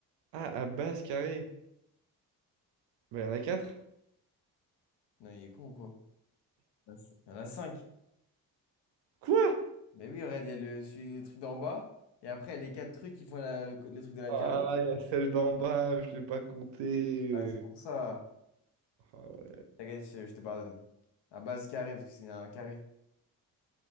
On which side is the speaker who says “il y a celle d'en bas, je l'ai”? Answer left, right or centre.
Right